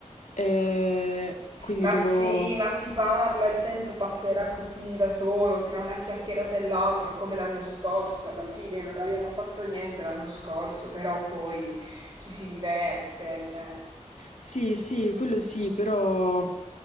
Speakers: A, on the left; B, on the right.
A: Eh, quindi
B: Ma
A: devo...
B: sì, ma si parla, il tempo passerà così da solo, tra una chiacchierata e l'altra, come l'anno scorso, alla fine non abbiamo fatto niente l'anno scorso, però poi ci si diverte, cioè,
A: Sì, sì, quello sì, però